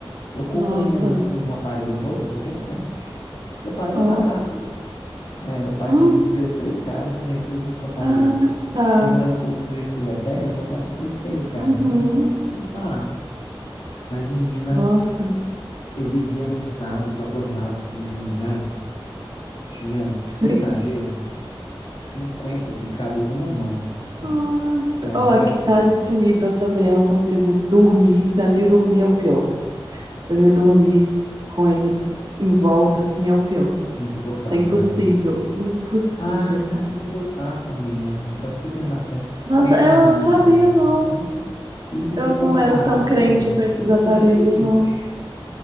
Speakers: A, on the left; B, on the right.
A: Eu comprei
B: Nossa,
A: um, um aparelho novo recente. E o aparelho
B: ó.
A: é barato. É, eu paguei
B: Uhum.
A: 16 reais no refil junto com o aparelho.
B: Ah, tá.
A: Considerando que o que o refil é 10, o aparelho foi 6 reais,
B: Uhum.
A: né? Então é muito barato. Mas, menina,
B: Nossa.
A: eu vivia num estado que eu acordava assim de manhã, tinha,
B: Sim.
A: sem exagero, 50 picadas numa mão. Assim,
B: Nossa.
A: ó. Minha
B: Oh,
A: mão
B: aqui
A: era
B: tá
A: toda
B: nesse nível
A: picada.
B: também. Eu não consigo dormir. Pra mim, dormir é o pior. Pra mim, dormir com eles em volta, assim, é o pior.
A: É insuportável,
B: Tá impossível.
A: né?
B: Impossível,
A: Ai,
B: cara.
A: põe um no seu quarto, amiga. Acho que Vai super dar certo.
B: Nossa,
A: Senta
B: é,
A: na,
B: eu não sabia,
A: na-
B: não.
A: é. E, e
B: Eu
A: você compra
B: não era
A: na
B: tão
A: Amazon,
B: crente com esses
A: chega
B: aparelhos,
A: no dia seguinte.
B: não.